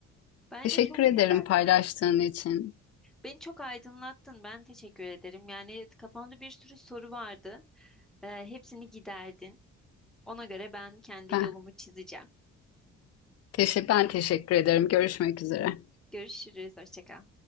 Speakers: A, in the centre; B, on the left.
A: Bence
B: Teşekkür
A: çok
B: ederim
A: güzel.
B: paylaştığın için.
A: Beni çok aydınlattın. Ben teşekkür ederim. Yani kafamda bir sürü soru vardı. Ee, hepsini giderdin. Ona göre ben kendi
B: Ben,
A: yolumu çizeceğim.
B: teşe ben teşekkür ederim. Görüşmek üzere.
A: Görüşürüz. Hoşça kal.